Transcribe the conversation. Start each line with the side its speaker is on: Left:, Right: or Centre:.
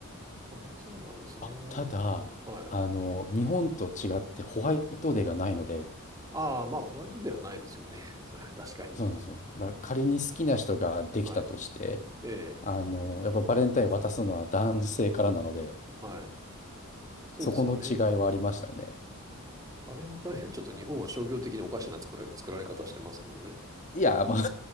Right: あ、そうなんですね。
Left: あ、ただ、
Right: はい。
Left: あの、日本と違ってホワイトデーがないので、
Right: ああ、まあ、ホワイトではないですよね。<laughs> それは確かに。
Left: そうなんですよ。だから仮に好きな人ができたとして、
Right: はい。ええ。
Left: あの、やっぱバレンタイン渡すのは男性からなので、
Right: はい。そうですよね。
Left: そこの違いはありましたね。
Right: バレンタインはちょっと日本は商業的におかしな作ら、作られ方してますもんね。
Left: いや、まあ、